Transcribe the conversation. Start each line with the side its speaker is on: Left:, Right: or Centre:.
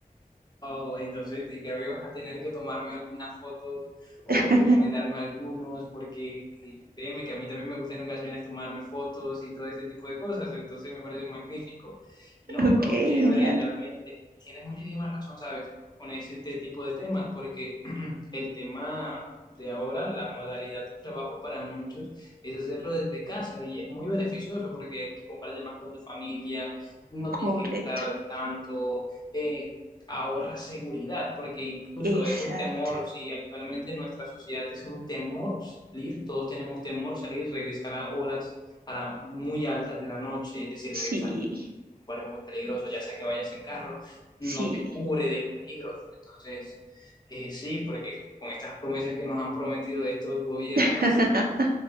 Left: Oh, entonces te- creo que vas a tener que tomarme algunas fotos
Right: <laughs>
Left: o recomendarme algunos, porque y créeme que a mí también me gusta en ocasiones tomarme fotos y todo ese tipo de cosas, entonces me parece magnífico. Y no,
Right: Ok,
Left: pero chévere,
Right: genial.
Left: realmente. Y tienes muchísima razón, ¿sabes? Con ese este tipo de temas, porque el tema de ahora, la modalidad de trabajo para muchos es hacerlo desde casa y es muy beneficioso porque compartes más con tu familia, no
Right: Correcto.
Left: tienes que gastar tanto, eh, ahorra seguridad, porque incluso
Right: Exacto.
Left: es un temor, si actualmente en nuestra sociedad es un temor salir, todos tenemos temor salir y regresar a horas a la- muy altas de la noche, es decir,
Right: Sí,
Left: regresar a la noche por un barrio muy peligroso, ya sea que vayas en carro,
Right: sí.
Left: no te cubre del peligro, entonces... Eh, sí, porque con estas promesas que nos han prometido de estos gobiernos,
Right: <laughs>